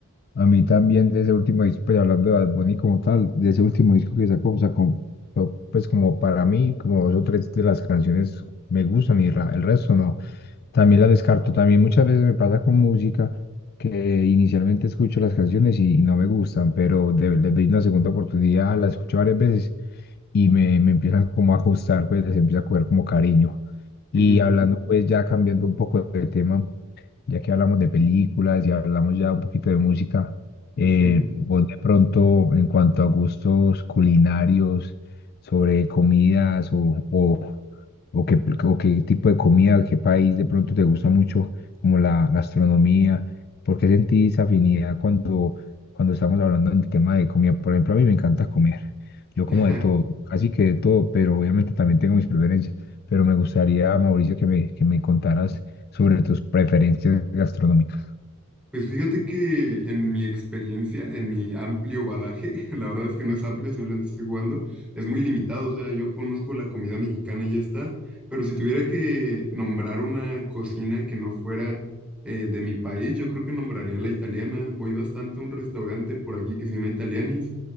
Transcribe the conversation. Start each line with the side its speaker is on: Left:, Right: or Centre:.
Left: A mí también de ese último disco, pues hablando de Bad Bunny como tal, de ese último disco que sacó, sacó, no, pues como para mí, como dos o tres de las canciones me gustan y ra- el resto no. También la descarto. También muchas veces me pasa con música que inicialmente escucho las canciones y, y no me gustan, pero de- les doy una segunda oportunidad, las escucho varias veces y me, me empiezan como a ajustar, pues les empieza a coger como cariño. Y
Centre: Ujú,
Left: hablando pues ya cambiando un poco de tema ya que hablamos de películas y hablamos ya un poquito de música, eh,
Centre: ujú.
Left: vos de pronto en cuanto a gustos culinarios, sobre comidas o, o, o qué, o qué tipo de comida, qué país de pronto te gusta mucho, como la gastronomía, ¿por qué sentís afinidad cuando, cuando estamos hablando del tema de comida? Por ejemplo, a mí me encanta comer, yo
Centre: <laughs>
Left: como de todo, casi que de todo, pero obviamente también tengo mis preferencias. Pero me gustaría, Mauricio, que me, que me contaras sobre tus preferencias gastronómicas.
Centre: Pues fíjate que en mi experiencia, en mi amplio badaje, <laughs> la verdad es que no es amplio, simplemente estoy jugando, es muy limitado, o sea, yo conozco la comida mexicana y ya está, pero si tuviera que nombrar una cocina que no fuera eh, de mi país, yo creo que nombraría la italiana. Voy bastante a un restaurante por aquí que se llama Italianis